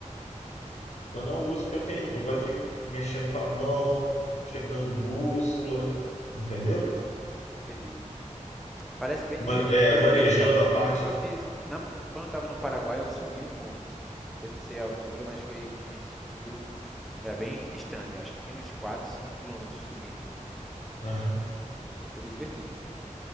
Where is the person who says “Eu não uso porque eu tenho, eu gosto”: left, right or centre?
Left